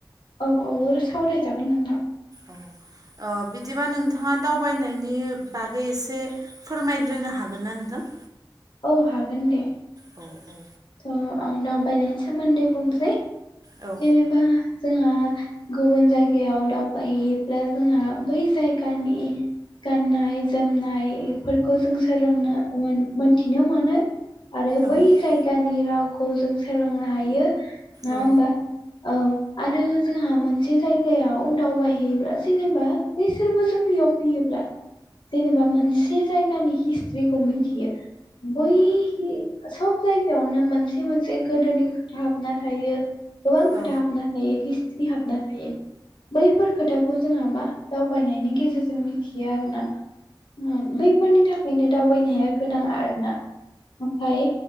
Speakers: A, on the left; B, on the right.
A: औ औ सावरायजागोन नोंथां।
B: औ ओ बिदिबा नोंथाङा दावबायनायनि बागै एसे फोरमायग्रोनो हागोन ना नोंथां?
A: औ हागोन दे।
B: औ औ।
A: थ' आं दावबायनायनि सोमोन्दै बुंसै
B: औ
A: जेनेबा जोंहा गुबुन जायगायाव दावबायहोयोब्ला जोंहा बै जायगानि गाननाय जोमनाय इफोरखौ जों सोलोंनो मोन मोनथिनो मोनो आरो
B: औ
A: बै जायगानि रावखौ जों सोलोंनो हायो। नङा
B: औ
A: होमबा औ आरो जोंहा मोनसे जायगायाव दावबायहैयोब्ला जेनेबा बैसोरबो जोंनियाव फैयोब्ला जेनेबा मोनसे जायगानि हिस्ट्रिखौ मिथियो बै सब जायगायावनो मोनसे मोनसे गोदोनि खोथा हाबना थायो। गोबां
B: औ
A: खोथा हाबना थायो हिस्ट्रि हाबना थायो। बैफोर खोथाखौ जोंहा मा दावबायनायनि गेजेरजों मिथियो आरोना। उम बैफोरनि थाखायनो दावबायनाया गोनां आरोना ओमफाय